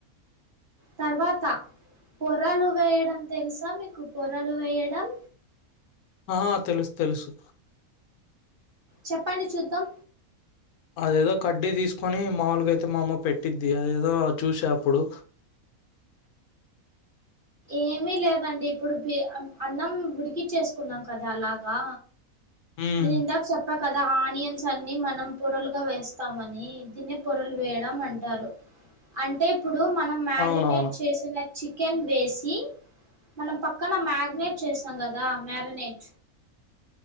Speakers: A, on the right; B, on the left.
A: తర్వాత పొరలు వేయడం తెలుసా మీకు పొరలు వేయడం
B: ఆ తెలుసు తెలుసు
A: చెప్పండి చూద్దాం
B: అదేదో కడ్డీ తీసుకొని మాములుగా అయితే మా అమ్మ పెట్టిద్ది అదేదో చూసే అప్పుడు
A: ఏమిీ లేదండి ఇప్పుడు అన్నం ఉడికిచ్చేసుకున్నాం కదా అలాగా
B: ఉమ్
A: న నిందా చేప్ప ఇప్ప కదా ఆనియన్స్ అన్నిీ మనం పొరలుగా వేస్తామని దీన్నిే పొరలు వేయడం అంటారు అంటే ఇప్పుడు మనం మ్యారినేట్
B: అవునవును
A: చేసిన చికెన్ వేస్ సి మనం పక్కన మ్యారినట్ చేసాం కదా మ్యారినట్